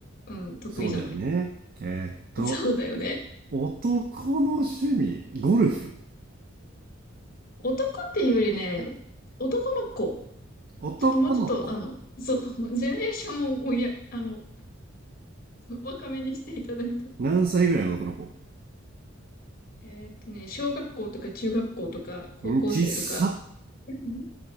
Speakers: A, on the left (about 50°); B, on the right (about 50°).
A: うん、得意じゃない。
B: そうだよね。えーっと、
A: そうだよね。
B: 男の趣味、ゴルフ。
A: 男っていうよりね、男の子。
B: 男の子。
A: ちょっともうちょっと、あの、そう、<laughs> ジェネレーションをや、あの、若めにしていただいて。
B: 何歳ぐらいの男の子
A: えーっとね、小学校とか中学校とか高校生とか。
B: うん、ちっさ。
A: うん